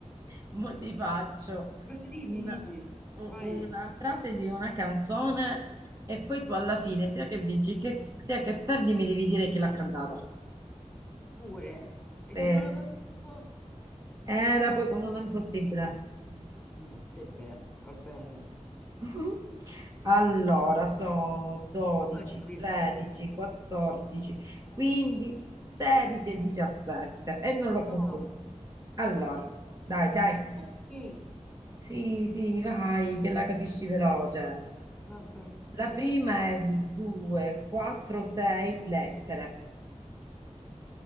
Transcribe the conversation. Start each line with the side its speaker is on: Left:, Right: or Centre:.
Right: mo ti faccio
Centre: Però ridi,
Right: una,
Centre: ridi,
Right: u-
Centre: poi
Right: una frase di una canzone e poi tu alla fine, sia che vinci che, sia che perdi, mi devi dire chi l'ha cantata.
Centre: pure. E
Right: Sì.
Centre: se non la conosco,
Right: Era poi con non è impossibile.
Centre: un possibile, va bene.
Right: <laughs> Allora,
Centre: <laughs>
Right: sono 12,
Centre: Poi è divertito.
Right: 13, 14, 15, 16 e 17 e non l'ho concluso.
Centre: No,
Right: Allora, dai, dai.
Centre: dice perché?
Right: Sì, sì, vai, che la capisci veloce.
Centre: Vabbè.
Right: La prima è di 2, 4, 6 lettere.